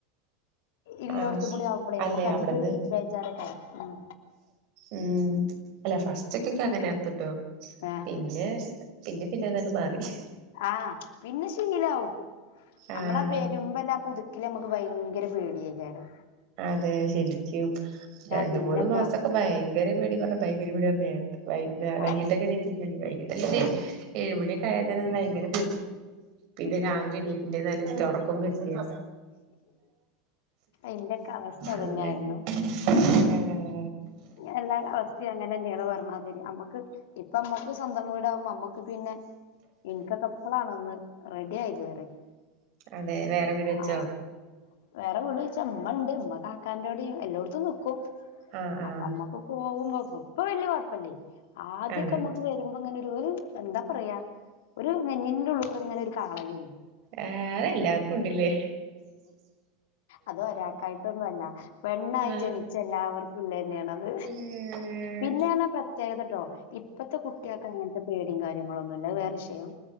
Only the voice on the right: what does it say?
ആഹ്
അല്ലേ
അവിടുന്ന്
ഉം അല്ല ഫസ്റ്റക്കക്കെ അങ്ങനെ ആർന്ന്ട്ടോ
പിന്നെ പിന്നെ പിന്നെതങ്ങട് മാറി
ആഹ്
അതെ ശരിക്കും രണ്ട്
മൂന്ന് മാസൊക്കെ ഭയങ്കര പേടി പറഞ്ഞ ഭയങ്കര പേടിയാർന്ന് വൈകിട്ടൊക്കെ
എണീ കയിഞ്ഞാല് വൈകിട്ട് എണീച്ച് ഏഴുമണിയൊക്ക ആയ തന്നെ ഭയങ്കര പിന്നെ രാവിലെ
എണീക്കണ്ടേന്ന് ആലോചിച്ചിട്ട് ഒറക്കോം വരില്ല
അങ്ങനെ ആ
അതെ വേറെ വീട് വെച്ചോ
ആഹ് ആഹ്
അതെ
ആ അതെല്ലാർക്കും ഉണ്ടില്ലേ
ആ
ഉം,